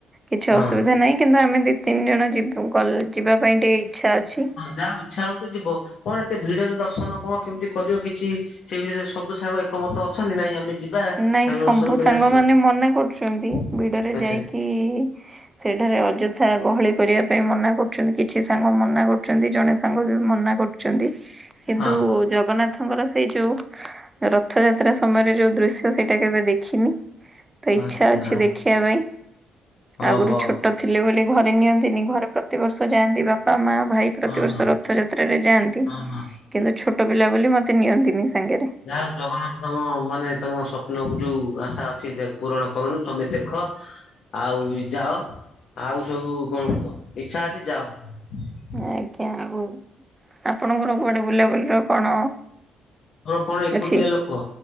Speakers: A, on the right; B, on the left.
A: କିଛି
B: ହଁ
A: ଅସୁବିଧା ନାହିଁ କିନ୍ତୁ ଆମେ ଦି ତିନି ଜଣ ଯି କଲେଜ୍ ଯିବା ପାଇଁ ଟିକେ ଇଚ୍ଛା ଅଛି।
B: ଯାହାଉ ଇଚ୍ଛା ହଉଛି ଯିବ କଣ ଏତେ ଭିଡରେ ଦର୍ଶନ କଣ କେମିତି କରିବ କିଛି ସେଇ ଭିତରେ ସବୁ ସାଙ୍ଗ ଏକମତ ଅଛନ୍ତି ନାଇଁ ଆମେ ଯି ବା ଠାକୁର
A: ନାଇଁ ସବୁ
B: ଦର୍ଶନ କରି
A: ସାଙ୍ଗମାନେ
B: ଆସିବା
A: ମନା କରୁଛନ୍ତି
B: ଆଚ୍ଛା।
A: ଭିଡରେ ଯାଇକି ସେଠାରେ ଅଯଥା ଗହଳି କରିବା ପାଇଁ ମନା କରୁଛନ୍ତି କିଛି ସାଙ୍ଗ ମନା କରୁଛନ୍ତି ଜଣେ ସାଙ୍ଗ ବି ମନା କରୁ ଚନ୍ତି। କିନ୍ତୁ
B: ହଁ
A: ଜଗନ୍ନାଥଙ୍କର ସେଇ ଯୋଉ ରଥଯାତ୍ରା ସମୟରେ ଯୋଉ ଦୃ ତ ସେଇଟା କେବେ ଦେଖିନି ତ ଇଚ୍ଛା
B: ଆଚ୍ଛା
A: ଅଛି ଦେଖିବା ପାଇଁ
B: ଓହୋ।
A: ଆଗରୁ ଛୋ ଟ ଥିଲେ ବୋଲି ଘରେ ନିଅନ୍ତିନି ଘର ପ୍ରତିବର୍ଷ ଯାଆନ୍ତି ବାପା ମା ଭାଇ ପ୍ରତିବର୍ଷ
B: ହଁ ହଁ
A: ରଥ ଯାତ୍ରାରେ ଯାଆନ୍ତି।
B: ହଁ ହଁ
A: କିନ୍ତୁ ଛୋଟ ପିଲା ବୋଲି ମୋତେ ନିଅନ୍ତିନି ସାଙ୍ଗେରେ।
B: ଯାହା ହଉ ଜଗନ୍ନାଥ ତମ ମାନେ ତମ ସ୍ୱପ୍ନକୁ ଯୋଉ ଆଶା ଅଛି ଦେ ପୂରଣ କରନ୍ତୁ ତମେ ଦେଖ। ଆଉ ଏ ଯାଅ ଆଉ ସବୁ କଣ କୁହ ଇଚ୍ଛା ଅଛି ଯାଅ।
A: ଆଜ୍ଞା ଆଉ ଆପଣଙ୍କର କୁଆଡେ ବୁଲାବୁଲିର କଣ?
B: ମୋର କଣ ଏକୁଟିଆ
A: ଅଛି
B: ଲୋକ